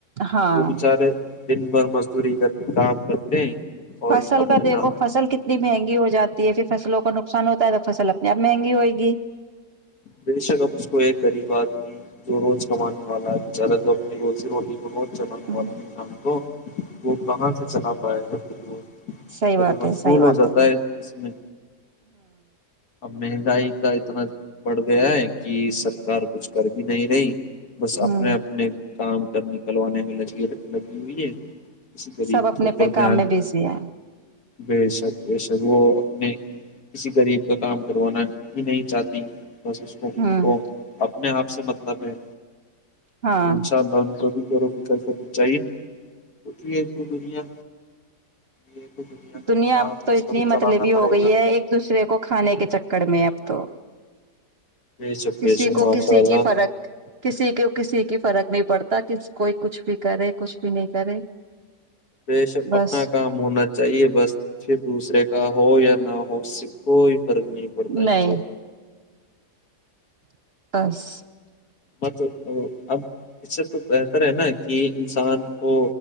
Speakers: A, on the right (about 45°); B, on the left (about 65°).
A: ہاں
B: وہ بچارے دن بھر مزدوری کر کے کام کرتے ہیں اور
A: فصل
B: اب
A: کا
B: انہ
A: دیکھو فصل کتنی مہنگی ہو جاتی ہے پھر فصلوں کو کو نقصان ہوتا ہے تو فصل اپنے آپ مہنگی ہوئے گی
B: بے شک ا اس کو ایک غریب آدمی جو روز کمانے والا ہے بچارہ جو اپنی روزی رو ج بہت والام
A: ہ
B: تو وہ کہاں سے چلا پائے گا پھر وہ
A: سحی
B: وہ
A: بات
B: تو مشغول
A: ہے سحی بات
B: ہو جاتا
A: ہے ہوں
B: اس میں اب مہنگائی کا اتنا بڑھ گیا ہے کہ سرکار کچھ کر بھی نہیں رہی بس
A: ہوں
B: اپنے اپنے کام گ نکلوانے میں لگی لگی ہوئی ہے کسی غریب
A: سب اپنے
B: کے اوپر
A: اپنے کام
B: دھیان
A: میں بزی ہے
B: بے شک بے شک وہ اپنے کسی غریب کا کام کروانا ہی نہیں چاہتی بس اس کو
A: ہوں
B: ان کو اپنے آپ سے مطلب ہھ
A: ہاں
B: انشاء اللہ کبھی بور و فکر کرنی چاہیے توک ہے تو دنیا یہ تو کا
A: دنیا
B: نظام ہے
A: تو
B: اس
A: اتنی
B: کو چلانا
A: مطلبی
B: پڑے
A: ہو گئی
B: گا
A: ہے ایک دوسرے کو کھانے کے چکر میں اب تو
B: بے شک
A: کسی
B: بے شک
A: کو
B: ماشاء
A: کسی
B: اللہ
A: کی فرق کسی کو کسی کی فرق نہیں پڑتا کہ کوئی کچھ بھی کرے کچھ بھی نہیں کرے
B: بے شک
A: بس
B: اپنا کام ہونا چاہیے بس پھر دوسرے کا ہو یا نہ ہو س وہ فرق نہیں پڑتا ان
A: نہیں
B: شاء اللہ
A: <inaudible>
B: مت اب اس سے تو بہتر ہے نا کہ انسان کو